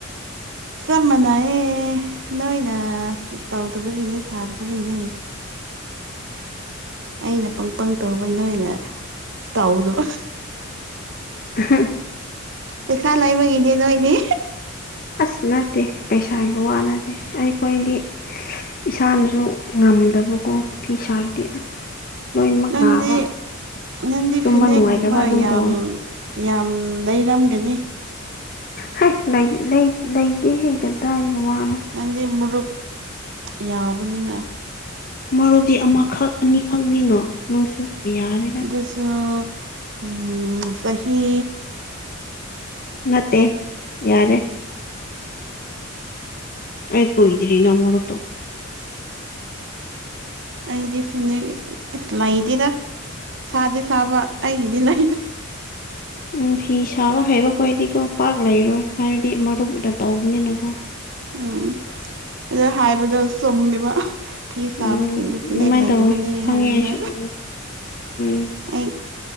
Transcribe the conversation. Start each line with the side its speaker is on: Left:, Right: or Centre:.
Right: ꯁꯕ ꯃꯅꯥꯏ ꯅꯣꯏꯅ ꯇꯧꯗꯕꯒꯤꯅꯤ ꯁꯥꯗꯕꯒꯤꯅꯦ ꯑꯩꯅ ꯄꯪ ꯄꯪ ꯇꯧꯕ ꯅꯣꯏꯅ ꯇꯥꯎꯗꯕ
Left: ꯍ
Right: ꯄꯩꯁꯥꯂꯥꯏꯕꯒꯅꯦꯦ ꯅꯣ ꯏꯗꯤ
Left: ꯑꯁ ꯅꯠꯇꯦ ꯄꯩꯁꯥꯒꯤ ꯋꯥ ꯅꯠꯇꯦ ꯑꯩꯈꯣꯏꯗꯤ ꯏꯁꯥꯅꯁꯨ ꯉꯝꯗꯕꯀꯣ ꯐꯤ ꯁꯥꯔꯗꯤ ꯑꯁ ꯂꯣꯏꯅꯃꯛ
Right: ꯅꯪꯗꯤ
Left: ꯅꯥꯕ
Right: ꯅꯪꯗꯤ
Left: ꯇꯨꯝꯕ
Right: ꯐꯤꯅꯦꯦꯛꯒꯨꯝꯕ
Left: ꯅꯨꯡꯉꯥꯏꯇꯕ ꯑꯗꯨꯝ
Right: ꯌꯥꯝ
Left: ꯇꯧꯋꯦ
Right: ꯌꯥꯝ ꯂꯩꯔꯝꯒꯅꯤ
Left: ꯍ ꯂꯩꯇꯦ ꯍꯦꯛ ꯀꯗꯥꯏꯔꯒ ꯋꯥꯅꯣ
Right: ꯅꯪꯗꯤ ꯃꯨꯔꯨꯞ ꯌꯥꯎꯕꯅꯤꯅ
Left: ꯃꯔꯨꯞꯗꯤ ꯑꯃꯈꯛ ꯑꯅꯤꯈꯛꯅꯤꯅꯣ ꯅꯪꯁꯨ ꯌꯥꯔꯦꯔ
Right: ꯑꯗꯨꯁꯨꯣ ꯎꯝ ꯁꯍꯤ
Left: ꯅꯠꯇꯦ ꯌꯥꯔꯦ ꯑꯩ ꯀꯣꯏꯗꯔꯤꯅ ꯃꯔꯛꯇ
Right: ꯑꯩꯗꯤ ꯐꯅꯤ ꯂꯥꯏꯗꯦꯗ ꯐꯗꯤ ꯐꯥꯕ ꯑꯩꯒꯤꯗꯤ ꯂꯩꯗ
Left: ꯎ ꯐꯤ ꯁꯥꯕ ꯍꯩꯕ ꯈꯣꯗꯤꯀꯣ ꯄꯥꯛ ꯂꯩꯔꯣꯏ ꯍꯥꯏꯕꯗꯤ ꯃꯔꯨꯞꯇ ꯇꯧꯕꯅꯤꯅꯀꯣ
Right: ꯎꯝ ꯑꯗ ꯍꯥꯏꯕꯗ ꯆꯨꯝꯃꯦꯕ ꯐꯤ
Left: ꯎꯝ
Right: ꯁꯥꯕꯁꯤꯡꯗꯨ ꯐꯤꯅꯦꯛ
Left: ꯑꯗꯨꯃꯥꯏꯅ
Right: ꯂꯩꯗꯕꯅꯤ
Left: ꯇꯧꯋꯦ ꯈꯪꯉꯦ
Right: ꯍꯥꯏꯕꯗꯣ
Left: ꯑꯩꯁꯨ ꯎꯝ ꯎꯝ
Right: ꯑꯩ